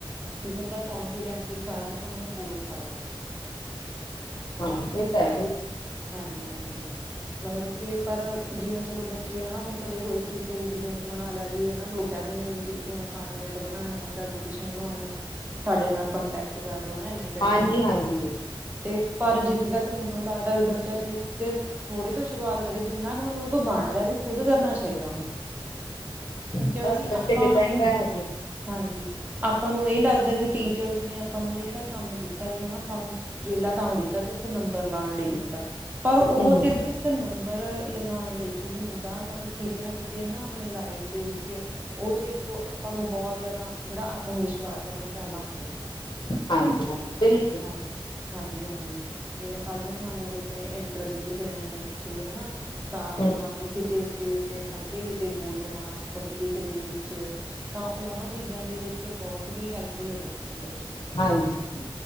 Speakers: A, on the right (about 20°); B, on the left (about 55°).
A: ਤੇ ਬੰਦਾ ਕੋਂਨਫੀਡੈਂਟਲੀ ਸਾਰਿਆਂ ਸਾਹਮਣੇ ਬੋਲ ਸਕਦਾ।
B: ਹਾਂ ਇਹ ਤਾ ਹੈ ਬਈ।
A: ਹਾਂਜੀ-ਹਾਂਜੀ। ਮਤਲਬ ਕਿ ਪਰ ਜਿਵੇਂ ਚਲੋ ਬੱਚੇ ਹਨਾ, ਹੁਣ ਤਾਂ ਦੇਖੋ ਇਸ ਚੀਜ਼ ਤੇ ਵੀ ਬਿਜਨਸ ਬਣਾ ਲਿਆ ਵੀ ਹਨਾ, ਲੋਕ ਕਹਿ ਦਿੰਦੇ ਨੇ ਵੀ ਜੀ ਕਿਸੇ ਨੇ ਅਸਾਈਨਮੈਂਟ ਬਣਾਣੀ ਐ, ਪ੍ਰੈਜੈਂਟੇਸ਼ਨ ਬਣਵਾਣੀ ਆ, ਸਾਡੇ ਨਾਲ ਕੰਟੈਕਟ ਕਰਲੋ ਹੈ ਨਾ ਇੰਨੇ ਪੈਸਿਆਂ
B: ਹਾਂਜੀ
A: ਦੇ ਬਣਵਾਲੋੋ
B: ਹਾਂਜੀ
A: ਤੇ ਪਰ ਜਿੱਥੇ ਤੱਕ ਮੈਨੂੰ ਲੱਗਦਾ ਕਿ ਬੱਚਾ ਜੇ ਚ ਥੋੜੇ ਤੋਂ ਸ਼ੁਰੂਆਤ ਕਰੇ, ਜਿੰਨਾ ਕੁ ਮਤਲਬ ਉਹਦੇ ਤੋਂ ਬਣ ਰਯਾ ਵੀ ਖੁਦ ਕਰਨਾ ਚਾਹੀਦਾ ਉਹਨੂੰ।
B: ਬਸ
A: ਕਿਉਂਕਿ
B: ਬੱਚੇ
A: ਆਪਾਂ
B: ਡਿਪੈਂਡ ਐ ਹਜੇ ਵੀ।
A: ਹਾਂਜੀ, ਆਪਾਂ ਨੂੰ ਇਹ ਲੱਗਦਾ ਵੀ ਟੀਚਰਜ਼ ਨੇ ਆਪਾਂ ਨੂੰ ਇਹ ਜਿਹੜਾ ਕੰਮ ਦਿੱਤਾ, ਵੀ ਹਨਾ ਆਪਾਂ ਨੂੰ ਵਿਹਲਾ ਕੰਮ ਦਿੱਤਾ ਸਿਰਫ਼ ਨੰਬਰ ਲਾਣ ਲਈ ਦਿੱਤਾ, ਪਰ ਉਹ
B: ਹਮ
A: ਸਿਰਫ ਇੱਕ ਨੰਬਰ ਲਗਾਣ ਲਈ ਨੀ ਹੁੰਦਾ, ਮਤਲਬ ਕਿਤੇ ਨਾ ਕਿਤੇ ਹਨਾ ਆਪਣੀ ਲਾਈਫ ਦੇ ਵਿੱਚ ਓ ਚੀਜ਼ ਤੋਂ ਆਪਾਂ ਨੂੰ ਬੋਹਤ ਜਾਦਾ ਜੇੜਾ ਆਤਮ ਵਿਸ਼ਵਾਸ ਹੈ ਓ ਪੈਦਾ ਹੁੰਦਾ।
B: ਹਾਂਜੀ-ਹਾਂਜੀ ਬਿਲਕੁਲ।
A: ਹਾਂ, ਹਾਂਜੀ-ਹਾਂਜੀ ਜਿਵੇਂ ਕੱਲ ਨੂੰ ਮੰਨ ਲੋੋਗੇ ਜਿਵੇਂ ਇੰਟਰਵਿਊ ਦੇਣੇ ਨੇ ਕਿਤੇ ਹਨਾ ਤਾਂ
B: ਹਮ
A: ਮੰਨ ਲਓ ਕਿਤੇ ਸਟੇਜ ਤੇ ਖੜ ਕੇ ਕਿਤੇ ਬੋਲਣਾ ਪਬਲਿਕ ਦੇ ਵਿੱਚ ਤਾਂ ਉਹਨਾਂ ਚੀਜ਼ਾਂ ਦੇ ਵਿੱਚ ਬੋਤ ਹੀ ਹੈਲਪਫੁੱਲ ਰਹਿੰਦੀ ਹੈ ਓ ਚ
B: ਹਾਂਜੀ।